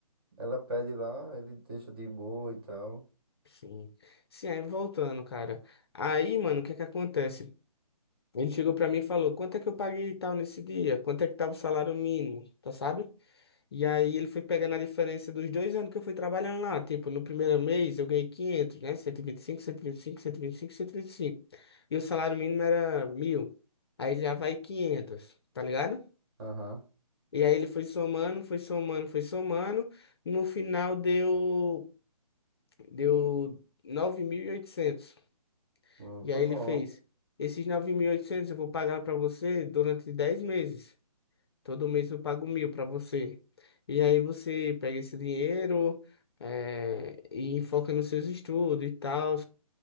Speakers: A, on the right; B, on the left.
A: ela pede lá, ele deixa de boa e tal.
B: Sim. Sim, aí voltando, cara. Aí, mano, o que é que acontece? Ele chegou pra mim e falou: "Quanto é que eu paguei e tal nesse dia? Quanto é que tava o salário mínimo?", tá sabe? E aí ele foi pegando a diferença dos dois anos que eu fui trabalhando lá, tipo, no primeiro mês eu ganhei quinhentos né? cento e vinte e cinco cento E vinte vinte vinte e e e vinte e cinco, cento e vinte e cinco cinco cinco cento cento o salário mínimo era mil Aí já vai quinhentos tá ligado?
A: Aham.
B: E aí ele foi somando, foi somando, foi somando. No final deu deu nove mil e oitocentos
A: Hum,
B: E
A: Foi
B: aí
A: bom.
B: ele fez: Esses nove mil e oitocentos eu vou pagar para você durante 10 meses. Todo mês eu pago mil para você. E aí você pega esse dinheiro eh, e foca nos seus estudos e tal.